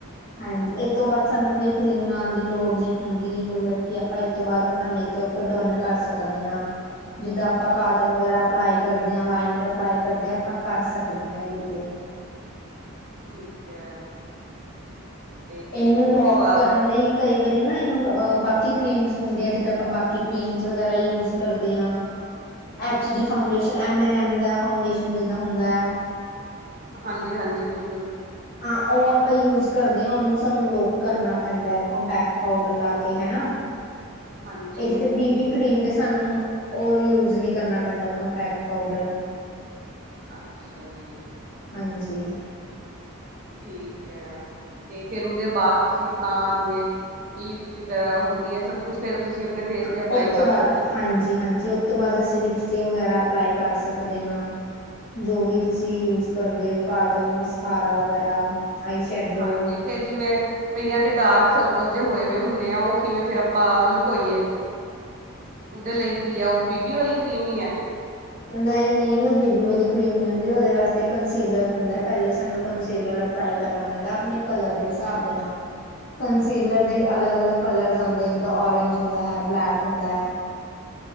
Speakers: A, on the left; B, on the right.
A: ਹਾਂਜੀ ਇਹ ਤੋਂ ਬਾਅਦ ਸਾਨੂੰ ਕੋਈ ਕਰੀਮ ਲਣਾਉਣ ਦੀ ਲੋੜ ਨਹੀਂ ਹੁੰਦੀ। ਮਤਲਬ ਕਿ ਆਪਾਂ ਇਹ ਤੋਂ ਬਾਅਦ ਆਪਣਾ ਮੇਕਅਪ ਡੋਨ ਕਰ ਸਕਦੇ ਹਾਂ। ਜਿੱਦਾਂ ਆਪਾਂ ਕਾਜਲ ਵਗਰਾ ਅਪਲਾਈ ਕਰਦੇ ਹਾਂ। ਲਾਈਨਰ ਅਪਲਾਈ ਕਰਦੇ ਹਾਂ। ਆਪਾਂ ਕਰ ਸਕਦੇ ਹਾਂ ਇਹ ਤੇ
B: ਠੀਕ ਹੈ। ਤੇ ਫਿਰ
A: ਇਹਨੂੰ
B: ਉਹਦੇ
A: ਲੋਕ
B: ਬਾਅਦ
A: ਕਰਨ ਲਈ ਕਈ ਨਾ ਇਹਨੂੰ ਬਾਕੀ ਕੀਮ ਹੁੰਦੇ ਆ ਜਿਦਾਂ ਆਪਾਂ ਬਾਕੀ ਕੀਮ ਵਗੈਰਾ ਯੂਜ ਕਰਦੇ ਹਾਂ।
B: ਹਮ
A: H
B: hmm
A: D foundation, M A M ਦਾ ਫਾਡੇਸ਼ਨ ਜਿੱਦਾਂ ਹੁੰਦਾ ਹੈ।
B: ਹਾਂਜੀ- ਹਾਂਜੀ। ਬਿਲਕੁਲ।
A: ਆ ਉਹ ਆਪਾਂ ਯੂਜ ਕਰਦੇ ਹਾਂ। ਉਹਨੂੰ ਸਾਨੂੰ ਲੋਕ ਕਰਨਾ ਪੈਂਦਾ ਹੈ। ਕੰਪੈਕਟ ਪਾਊਡਰ ਲਾ ਕੇ ਹਨਾ।
B: ਹਾਂਜੀ
A: ਇਹਦੇ ਤੇ ਬੀ ਬੀ ਕਰੀਮ ਤੇ ਸਾਨੂੰ ਉਹ ਯੂਜ ਨਹੀ ਕਰਨਾ ਪੈਂਦਾ ਕੰਪੈਕਟ ਪਾਊਡਰ।
B: ਅੱਛਾ ਜੀ।
A: ਹਾਂਜੀ।
B: ਠੀਕ ਹੈ। ਤੇ ਫੇਰ ਉਹਦੇ ਬਾਅਦ ਤੁਸੀਂ ਆਪਣਾ ਜਿਵੇਂ ਲਿਪਸ ਵਗੈਰਾ ਹੋ ਗਈ ਹੈ ਸਭ ਕੁੱਛ ਫੇਰ ਤੁਸੀਂ ਆਪਣੇ ਫੇਸ
A: ਉਹਤ
B: ਤੇ ਅਪਲਾਈ ਕਰ
A: ਤੋਂ
B: ਸਕਦੇ
A: ਬਾਅਦ,
B: ਹੋ
A: ਹਾਂਜੀ- ਹਾਂਜੀ। ਤੋਂ ਬਾਅਦ ਅਸੀਂ ਲਿਪਸਟਿਕ ਵਗੈਰਾ ਅਪਲਾਈ ਕਰ ਸਕਦੇ ਆ। ਜੋ ਵੀ ਤੁਸੀਂ ਯੂਜ ਕਰਦੇ ਔ। ਕਾਜਲ, ਮਸਕਾਰਾ ਵਗੈਰਾ। ਆਈ ਸ਼ੈਡੋ
B: ਹਾਂਜੀ। ਫੇਰ ਜਿਵੇਂ ਕਈਆਂ ਦੇ ਡਾਰਕ ਸਰਕ ਅਕਲ ਜੇ ਹੋਏ- ਹੋਏ ਹੁੰਦੇ ਆ। ਉਹ ਕਿਵੇਂ ਫੇਰ ਆਪਾਂ ਲੁਕੋਈਏ। ਉਹਦੇ ਲਈ ਕੀ ਆ। ਉਹ ਬੀਬੀ ਵਾਲੀ ਕਰੀਮੀ ਈ ਐ।
A: ਨਹੀਂ, ਨਹੀਂ ਉਹ ਬੀ ਬੀ ਵਾਲੀ ਕਰੀਮ ਨੀ ਹੁੰਦੀ। ਉਹਦੇ ਵਾਸਤੇ ਕੰਸੀਲਰ ਹੁੰਦਾ। ਪਹਿਲੇ ਸਾਨੂੰ ਕੰਸੀਲਰ ਅਪਲਾਈ ਕਰਨਾ ਪੈਂਦਾ। ਆਪਣੇ ਕਲਰ ਦੇ ਹਿਸਾਬ ਦੇ ਨਾਲ ਸੀਲਰ ਦੇ ਅਲੱਗ -ਅਲੱਗ ਕਲਰ ਆਂਦੇ। ਜਿੱਦਾਂ ਓਰੇਂਜ ਹੁੰਦਾ ਹੈ, ਬਲੈਕ ਹੁੰਦਾ ਹੈ।